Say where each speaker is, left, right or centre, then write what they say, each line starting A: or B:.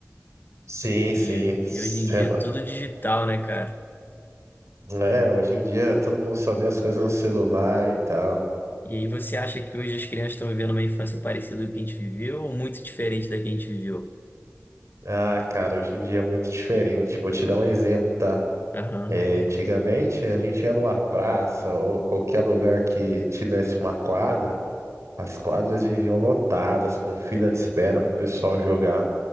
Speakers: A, on the right; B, on the left.
A: Sim,
B: E,
A: sim. Sei
B: e hoje em dia
A: lá.
B: é tudo digital, né, cara?
A: É, hoje em dia todo mundo só vê as coisas no celular e tal.
B: E aí você acha que hoje as crianças estão vivendo uma infância parecida com a que a gente viveu ou muito diferente da que a gente viveu?
A: Ah, cara, hoje em dia é muito diferente. Vou te dar um exemplo, tá?
B: Aham.
A: É, antigamente a gente ia numa praça ou qualquer lugar que tivesse uma quadra, as quadras viviam lotadas, com fila de espera pro pessoal jogar.